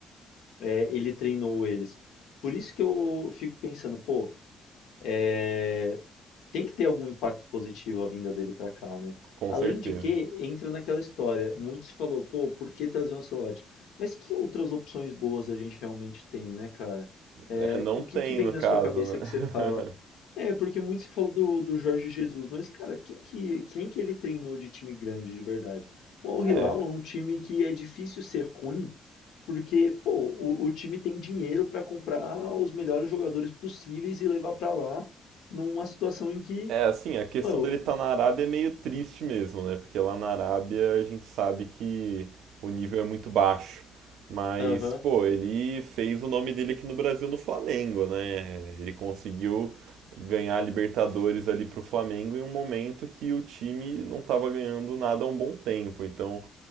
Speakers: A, on the left; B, on the right.
A: É, ele treinou eles. Por isso que eu fico pensando, pô, é, tem que ter algum impacto positivo a vinda dele pra cá, né?
B: com
A: Além
B: certeza.
A: de que, entra naquela história, muitos falou, pô, por que trazer um Ancelotti? Mas que outras opções boas a gente realmente tem, né, cara? É,
B: É, não
A: o
B: tem
A: que que vem
B: no
A: na
B: caso,
A: sua cabeça
B: né? <laughs>
A: que você fala? É, porque muito se falou do, do Jorge Jesus, mas, cara, quem que, quem que ele treinou de time grande de verdade? O Al
B: É,
A: Hilal é um time que é difícil ser ruim, porque, pô, o, o time tem dinheiro para comprar os melhores jogadores possíveis e levar para lá numa situação em que,
B: é assim, a questão
A: pô,
B: dele estar na Arábia é meio triste mesmo, né? Porque lá na Arábia a gente sabe que o nível é muito baixo. Mas,
A: Aham.
B: pô, ele fez o nome dele aqui no Brasil no Flamengo, né? Ele conseguiu ganhar a Libertadores ali pro Flamengo em um momento que o time não estava ganhando nada há um bom tempo. Então,